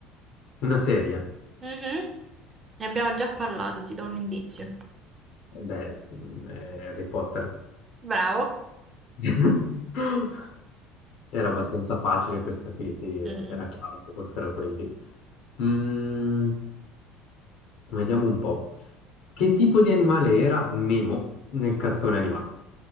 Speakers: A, on the left (about 65°); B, on the right (about 25°).
A: Una serie?
B: Mhm. Ne abbiamo già parlato, ti do un indizio.
A: Eh Beh, mm, eh, Harry Potter.
B: Bravo.
A: <laughs> Era abbastanza facile questa qui, sì,
B: Mm.
A: era chiaro che fossero quelli. Mm, Vediamo un po'. Che tipo di animale era Nemo nel cartone animato?